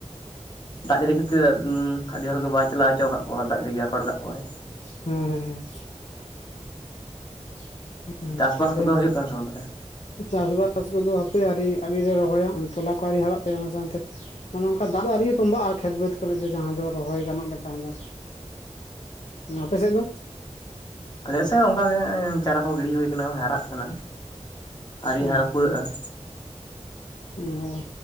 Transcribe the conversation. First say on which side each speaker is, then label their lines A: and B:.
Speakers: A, on the left (about 35°); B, on the left (about 70°).
A: ᱫᱟᱜ ᱡᱟᱹᱲᱤ ᱠᱷᱟᱹᱛᱤᱨ ᱤᱢᱻ ᱟᱹᱰᱤ ᱦᱚᱲ ᱜᱮ ᱵᱟᱭ ᱪᱟᱞᱟᱣ ᱦᱚᱪᱚ ᱠᱟᱜ ᱠᱚᱣᱟ ᱫᱟᱜ ᱡᱟᱹᱲᱤ ᱟᱠᱚᱴ ᱠᱟᱜ ᱠᱚᱣᱟᱭ᱾
B: ᱦᱩᱸᱻ <inaudible>
A: ᱪᱟᱥᱵᱟᱥ
B: ᱛᱟᱦᱞᱮ
A: ᱠᱚᱫᱚ ᱦᱳᱭᱳᱜ ᱠᱟᱱᱟ ᱥᱮ ᱵᱟᱝ ᱛᱟᱦᱚᱞᱮ?
B: ᱪᱟᱥᱵᱟᱥ ᱠᱚᱫᱚ ᱦᱟᱯᱮ ᱟᱣᱨᱤ ᱟᱣᱨᱤ ᱞᱮ ᱨᱚᱦᱚᱭᱟ, ᱛᱚᱞᱟ ᱠᱚ ᱟᱣᱨᱤ ᱦᱟᱨᱟᱜ ᱛᱮ ᱚᱱᱟ ᱥᱟᱶᱛᱮ ᱢᱟᱱᱮ ᱚᱱᱠᱟ ᱫᱟᱜ ᱫᱚ ᱟᱣᱨᱤ ᱛᱚᱸᱵᱟᱜᱼᱟ ᱠᱷᱮᱛ ᱵᱟᱹᱫᱽ ᱠᱚᱨᱮ ᱡᱟᱸᱦᱟ ᱫᱚ ᱨᱚᱦᱚᱭ ᱜᱟᱱᱚᱜ ᱞᱮ ᱠᱟ ᱫᱚ, ᱟᱯᱮ ᱥᱮᱫ ᱫᱚ?
A: ᱟᱞᱮ ᱥᱮᱫ ᱚᱱᱠᱟᱜᱮ ᱪᱟᱨᱟ ᱠᱚ ᱜᱤᱰᱤ ᱦᱳᱭ ᱟᱠᱟᱱᱟ ᱦᱟᱨᱟᱜ ᱠᱟᱱᱟ, ᱟᱹᱣᱨᱤ
B: ᱚ,
A: ᱦᱟᱨᱟ ᱯᱩᱨᱟᱹᱜᱼᱟ
B: ᱚ᱾